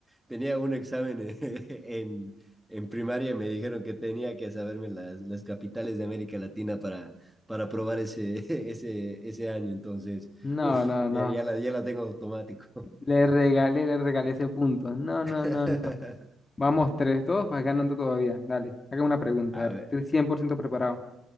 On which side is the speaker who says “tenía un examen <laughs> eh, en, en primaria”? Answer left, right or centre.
Centre